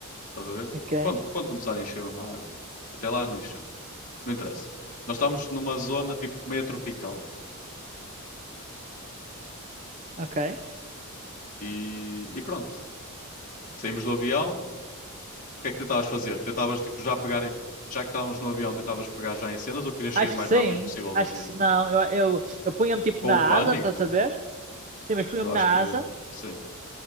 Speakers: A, on the left; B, on the right.
A: Estás a ver? Tipo,
B: Ok.
A: quando, quando começar a encher mesmo a água. Até lá não encheu. Não interessa. Nós estamos numa zona tipo meio tropical
B: Ok.
A: e, e pronto. Saímos do avião. O que é que tentavas fazer? Tentavas tipo já pegar, em- já que estávamos no avião, tentavas pegar já em cenas ou querias
B: Acho
A: sair o mais
B: que sim.
A: rápido possível do
B: Acho
A: avião?
B: que se não. Eu, eu, eu punha-me tipo
A: Com
B: na
A: o pânico?
B: asa, estás a ver? Sim, mas punha-me
A: Eu acho
B: na
A: que queria.
B: asa.
A: Sim.